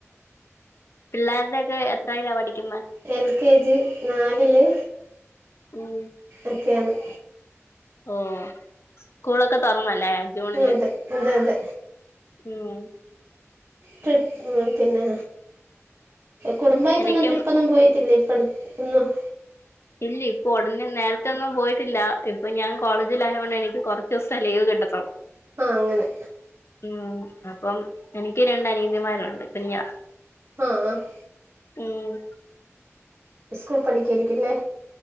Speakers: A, on the left; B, on the right.
A: പിള്ളേരുടെക്കെ എത്രയിലാ പഠിക്കുന്നെ?
B: എൽ കെ ജി നാലില്
A: ഉം
B: ഒക്കെയാണ്-
A: ഓ സ്കൂളൊക്കെ തൊറന്നല്ലേ ജൂണില്
B: അതെ അതെ അതെ
A: ഉം-
B: ട്രിപ്പും പിന്നെ കുടുംബായിട്ടൊന്നും
A: എനിക്കും
B: ട്രിപ്പൊന്നും പോയിട്ടില്ലേ? പഠിക്കുന്നു-
A: ഇല്ലി ഇപ്പൊ ഒടനെ നേർത്തെയൊന്നും പോയിട്ടില്ല ഇപ്പൊ ഞാൻ- കോളേജിലായോണ്ട് എനിക്ക് കൊറച്ച് ദിവസേ ലീവ് കിട്ടത്തൊള്ളു
B: ആ അങ്ങനെ
A: ഉം- അപ്പം എനിക്ക് രണ്ട് അനിയത്തിമാര് ഉണ്ട് കുഞ്ഞാ-
B: ആഹ് -
A: ഉം-
B: ഇസ്കൂൾ പഠിക്കയായിരിക്കും ഇല്ലേ?